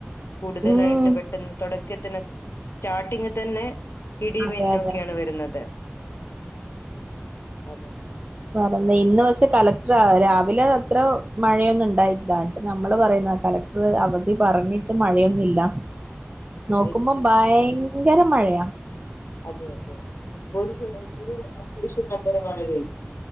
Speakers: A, on the left (about 80°); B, on the right (about 35°).
A: കൂടുതലായിട്ട്
B: ഉം
A: പെട്ടെന്ന് തുടക്കത്തിന് സ്റ്റാർട്ടിങ് തന്നെ ഇടി മിന്നൊക്കെയാണ്
B: അതെ അതെ
A: വരുന്നത് അതെ
B: പറഞ്ഞു ഇന്ന് പക്ഷെ കലക്ടർ രാവിലെ അത്ര മഴയൊന്നും ഉണ്ടായില്ല എന്നിട്ട് നമ്മള് പറയുന്ന കലക്ടർ അവധി പറഞ്ഞിട്ടും മഴയൊന്നുമില്ല നോക്കുമ്പോം
A: അത് ശരിയാണ്
B: ഭയ ങ്കര മഴയാ
A: അതെ അതെ ഇപ്പൊ ഒരു ഇപ്പ ഒരു അത്യാവശ്യ നല്ലൊര് മഴ പെയ്ത്